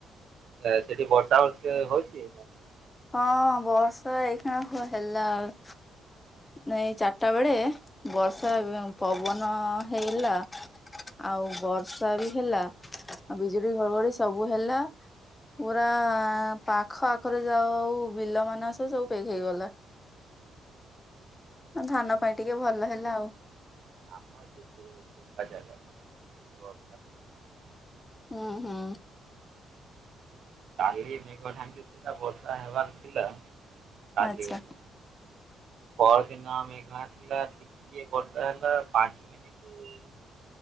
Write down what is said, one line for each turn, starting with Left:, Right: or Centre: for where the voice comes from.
Right: ସେଠି ବର୍ଷା <unintelligible>
Left: ହଁ ବର୍ଷା ଏଇଖାଣ ହେଲା ଆଉ ଏଇ ଚାରିଟା ବେଳେ ବର୍ଷା ପବନ ହେଲା ଆଉ ବର୍ଷା ବି ହେଲା ବିଜୁଳି ଘଡଘଡି ସବୁ ହେଲା ପୁରା ପାଖ ଆଖରେ ଯାଉ ଆଉ ବିଲ ମସ ସବୁ ଫେକ୍ ହେଇଗଲା ଧାନ ପାଇଁ ଟିକେ ଭଲ ହେଲା ଆଉ
Right: ଆମର କିନ୍ତୁ ସୁୁଖା ଜାଗା <inaudible> ଁ
Left: ହୁଁ ହୁଁ।
Right: କାଲି ମେଘ ଢାଙ୍କିଥିଲା ବର୍ଷା ହେବାର ଥିଲା କାଲି
Left: ଆଚ୍ଛା
Right: ହେଲା ପରଦିନ ମେଘ ଆସିଲା ଟିକେ ବର୍ଷା ହେଲା ପାଞ୍ଚ ମିନିଟ